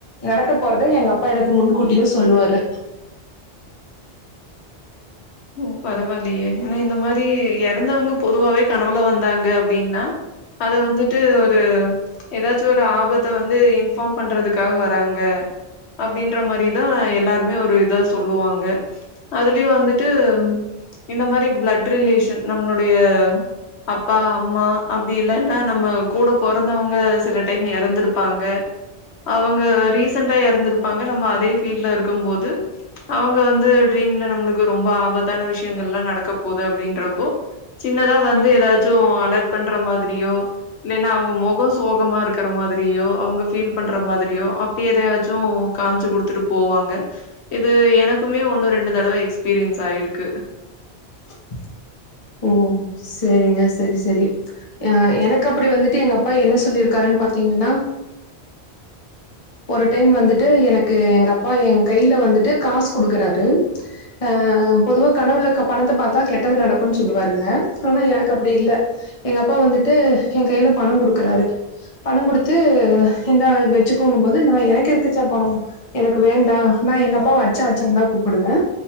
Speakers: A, on the left; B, on the left.
A: நடக்க போறத எங்க அப்பா எனக்கு முன்கூட்டியே சொல்லுவாரு
B: ஓ பரவாயில்லையே ஏன்னா இந்த மாதிரி இறந்தவங்க பொதுவாவே கனவுல வந்தாங்க அப்படின்னா அத வந்துட்டு ஒரு ஏதாச்சும் ஒரு ஆபத்தை வந்து இன்பார்ம் பண்றதுக்காக வராங்க அப்டின்ற மாரி தான் எல்லாருமே ஒரு இதா சொல்லு சொல்லுவாங்க அதுலயும் வந்து ட்டு இந்த மாரி பிளட் ரிலேஷன் நம்மளுடைய அப்பா அம்மா அப்டி இல்லன்னா நம்ம கூட பிறந்தவங்க சில டைம் இறந்துஇருப்பாங்க அவங்க ரீசண்டா இறந்திருப்பாங்க நம்ம அதே பீல்ல இருக்கும் போது அவங்க வந்து டரீம்ல நம்மளுக்கு ரொம்ப ஆபத்தான விஷயங்கள் எல்லாம் நடக்க போகுது அப்படின்றப்போ சின்னதா வந்து ஏதாச்சும் அலர்ட் பண்ற மாதிரியோ இல்லைன்னா அவங்க முகம் சோகமா இருக்கற மாதிரியோ அவங்க பீல் பண்ற மாதிரியோ அப்பிடி எதாச்சும் காமிச்சு குடுத்துட்டு போவாங்க இது எனக்குமே ஒன்னு ரெண்டு தடவ எக்ஸ் எஸ்பீரியன்ஸ் ஆயிருக்கு
A: <inaudible> ஓ செரிங்க செரி செரி அ எனக்கு அப்டி வந்துட்டு எங்க அப்பா என்ன சொல்லியிருக்காருன்னு பாத்தீங்கன்னா ஒரு டைம் வந்துட்டு எனக்கு எங்க அப்பா என் கையில வந்துட்டு காசு குடுக்குறாரு ஆஹ் பொதுவா கனவுல பணத்த பாத்தா கெட்டது நடக்கும்ன்னு சொல்லுவாருங்க ஆனா எனக்கு அப்படி இல்ல எங்க அப்பா வந்துட்டு என் கையில பணம் கொடுக்குறாரு பணம் கொடுத்து இந்த இது வச்சு கூம்பது நான் எனக்கு இருக்குச்சா பணம் எனக்கு வேண்டா நான் எங்க அப்பாவ அச்ச அச்ச தான் கூப்பிடுவேன்